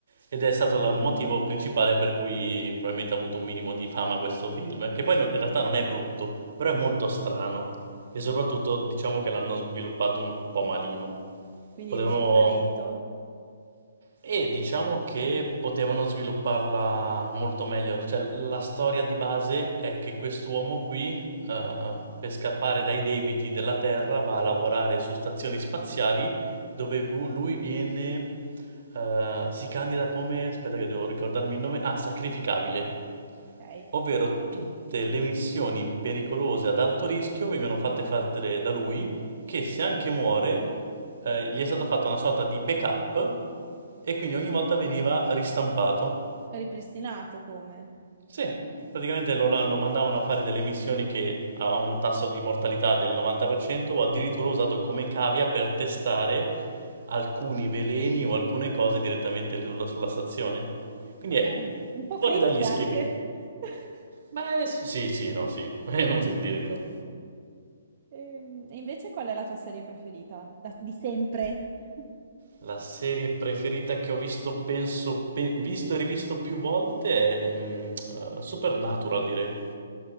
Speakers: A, on the right; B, on the right.
A: ed è stato il motivo principale per cui probabilmente ha avuto un minimo di fama questo film, che poi no- in realtà non è brutto, però è molto strano. E soprattutto diciamo che l'hanno sviluppato un po' malino.
B: Quindi
A: Potevano
B: risulta lento.
A: E diciamo che potevano svilupparla molto meglio. Cioè, la storia di base è che quest'uomo qui, eh, per scappare dai debiti della Terra, va a lavorare su stazioni spaziali dove vu- lui viene, eh, si candida come, aspetta che devo ricordarmi il nome, ah, sacrificabile
B: Ok.
A: ovvero tutte le missioni pericolose ad alto rischio vengono fatte fare da lui, che se anche muore, eh, gli è stata fatta una sorta di backup e quindi ogni volta veniva ristampato.
B: Ripristinato come?
A: Sì, praticamente lo, lo mandavano a fare delle missioni che avevano un tasso di mortalità del 90% o addirittura usato come cavia per testare alcuni veleni o alcune cose direttamente sulla, sulla stazione. Quindi
B: Ok,
A: è
B: un un po'
A: fuori
B: creepy
A: dagli schemi.
B: anche. <laughs>
A: Beh, s- sì, sì, no, sì, <laughs> è inutile dire di no.
B: Ehm, E invece qual è la tua serie preferita? Da- di sempre? <laughs>
A: La serie preferita che ho visto, penso, pe- visto e rivisto più volte è mm, eh, Supernatural, direi.